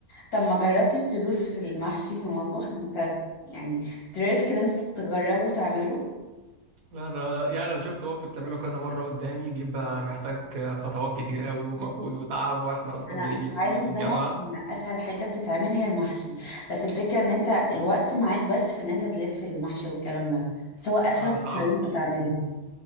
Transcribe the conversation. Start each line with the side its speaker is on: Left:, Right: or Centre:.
Left: طب ما جربتش تدوس في المحشي في المطبخ ان انت يعني تريسك ان انت تجربه وتعمله
Right: لا ده يعني انا شفت بابتي بتعمله كذا مره قدامي بيبقى محتاج خطوات كتير قوي ومجهود وتعب واحنا اصلا
Left: انا
Right: بنيجي
Left: مش
Right: من
Left: عايزه
Right: الجامعه
Left: اصدمك ان اسهل حاجه بتتعمل هي المحشي بس الفكره ان انت الوقت معاك بس في ان انت تلف المحشي والكلام ده سواء اسهل
Right: اه صعبه
Left: طريقه تعملها